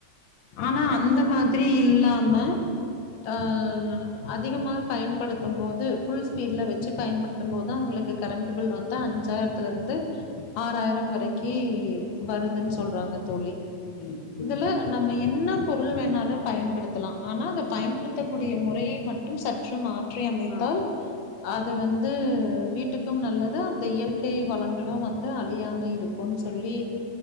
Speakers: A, on the left; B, on the left.
A: ஆனா
B: ஹலோ
A: அந்த மாதிரி
B: ம்
A: இல்லாம ஆ அதிகமாக பயன்படுத்தும் போது ஃபுல் ஸ்பீட்ல வச்சு பயன்படுத்தும் போது தா அவுங்களுக்கு கரண்ட் பில் வந்து அஞ்சாயிரத்துல இருந்து ஆறாயிரம் வரைக்கி வருதுன் சொல்றாங்க தோழி
B: ஐ
A: இதுல
B: ம்
A: நம்ம என்ன பொருள் வேணாலு பயன்படுத்தலா ஆனா அத பயன்படுத்தக்கூடிய முறைய மட்டு சற்று மாற்ற ற்றி அமைத்தால்
B: மாத்திக்கணும்
A: அது
B: ம்
A: வந்து வீட்டுக்கும் நல்லது அந்த இயற்கை வளங்களும் வந்து அழியாம இருக்குன் சொல்லி